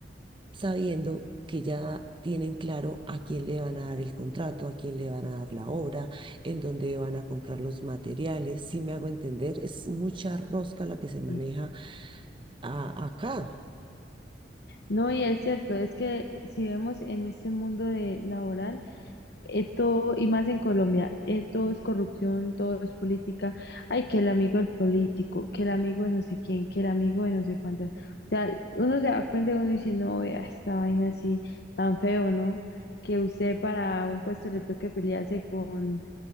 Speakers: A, on the right (about 30°); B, on the left (about 60°).
A: sabiendo que ya tienen claro a quién le van a dar el contrato, a quién le van a dar la obra, en dónde van a comprar los materiales. Si me hago entender, es mucha rosca la que se maneja
B: sí.
A: a- acá.
B: No, y es cierto, es que si vemos en este mundo de laboral, eh, todo, y más en Colombia, eh, todo es corrupción, todo es política. Ay, que el amigo del político, que el amigo de no sé quién, que el amigo de no sé cuántas. O sea, uno se da cuenta y uno dice, no, vea, esta vaina así tan feo, ¿no? Que usted para un puesto le toque pelearse con,